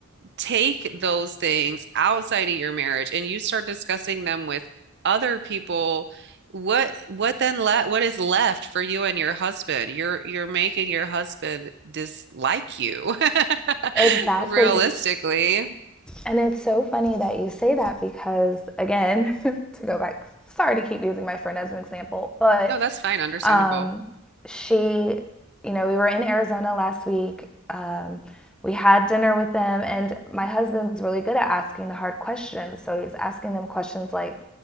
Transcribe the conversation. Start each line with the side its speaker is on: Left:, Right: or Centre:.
Right: take those things outside of your marriage and you start discussing them with other people, what what then le what is left for you and your husband? You're you're making your husband dislike you. <laughs>
Centre: Exactly.
Right: Realistically.
Centre: And it's so funny that you say that because, again, <laughs> to go back, sorry to keep using my friend as an example, but
Right: No, that's fine, understandable.
Centre: um, she, you know, we were in Arizona last week. Um, we had dinner with them, and my husband's really good at asking the hard questions. So he's asking them questions like,